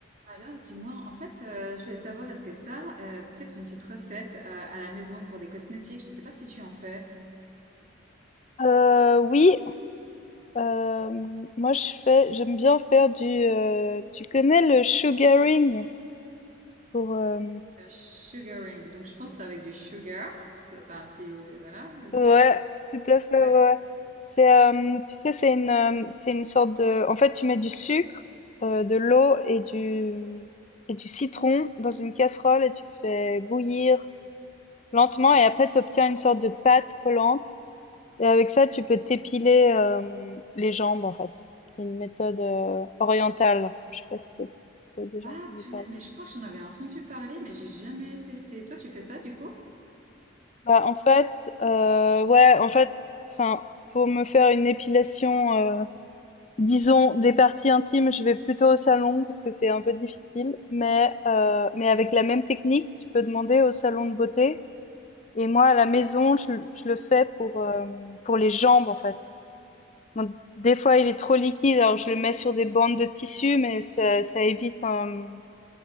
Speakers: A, on the right; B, on the left.
A: Alors, dis-moi, en fait, euh, je voulais savoir, est-ce que tu as euh, peut-être une petite recette euh, à la maison pour des cosmétiques? Je ne sais pas si tu en fais.
B: Euh, oui, euh, moi je fais, j'aime bien faire du. euh, tu connais le sugaring pour. euh,
A: Le sugaring. Donc, je pense que c'est avec du sugar. C'est- Enfin, si, voilà.
B: ouais, tout à fait.
A: <laughs>
B: Ouais. ouais. C'est, euh, tu sais, c'est une, euh, c'est une sorte de. En fait, tu mets du sucre, euh, de l'eau et du et du citron dans une casserole et tu fais bouillir lentement et après tu obtiens une sorte de pâte collante Et avec ça, tu peux t'épiler euh, les jambes, en fait. C'est une méthode euh, orientale. Je sais pas si t'as déjà
A: Ah,
B: entendu
A: purée,
B: parler.
A: mais je crois que j'en avais entendu parler, mais j'ai jamais testé. Toi, tu fais ça, du coup?
B: Bah, en fait, euh, ouais, en fait, enfin, pour me faire une épilation, euh, disons des parties intimes, je vais plutôt au salon parce que c'est un peu difficile. Mais euh, mais avec la même technique, tu peux demander au salon de beauté. Et moi, à la
A: Ok.
B: maison, je, le je le fais pour euh, pour les jambes, en fait. Bon, des fois, il est trop liquide, alors je le mets sur des bandes de tissu, mais ça, ça évite, euh,